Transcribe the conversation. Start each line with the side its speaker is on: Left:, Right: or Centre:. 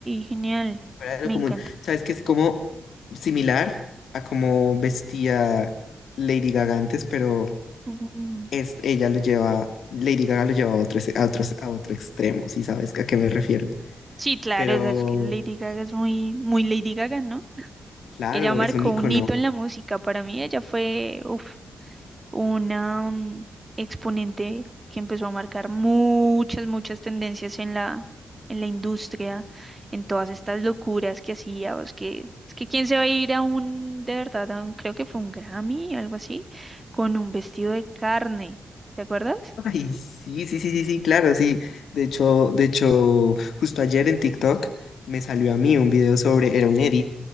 Right: genial.
Left: Fuera de
Right: Me
Left: lo común.
Right: encanta.
Left: ¿Sabes que es como similar a cómo vestía Lady Gaga antes, pero
Right: Ujú.
Left: es, ella lo lleva, Lady Gaga lo lleva a otro, ex- a otros, a otro extremo, si sabes a qué me refiero.
Right: Sí, claro,
Left: Pero
Right: o sea, es que Lady Gaga es muy, muy Lady Gaga, ¿no?
Left: claro,
Right: Ella marcó
Left: es un icono.
Right: un hito en la música. Para mí ella fue, uf, una mm, exponente que empezó a marcar muchas, muchas tendencias en la, en la industria, en todas estas locuras que hacía, o es que, es que quién se va a ir a un, de verdad, a un- creo que fue un Grammy algo así, con un vestido de carne, ¿te acuerdas?
Left: Ay, sí, sí, sí, sí, sí, claro, sí. De hecho, de hecho, justo ayer en TikTok me salió a mí un video sobre, era un edit,